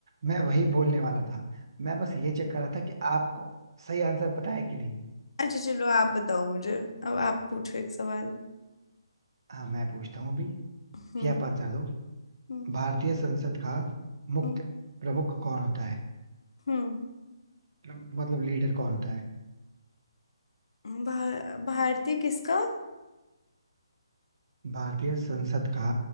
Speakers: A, on the right; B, on the left.
A: मैं वही बोलने वाला था मैं बस ये चेक कर रहा था कि आपको सही आंसर पता है कि नहीं
B: अच्छा चलो आप बताओ मुझे अब आप पूछो एक सवाल
A: हाँ मैं पूछता हूँ अभी
B: हम्म
A: ये आप आंसर दो
B: हम्म
A: भारतीय संसद का मुख्य
B: हम्म
A: प्रमुख कौन होता है
B: हम्म
A: प्रमुख मतलब लीडर कौन होता है
B: भा, भारतीय किसका
A: भारतीय संसद का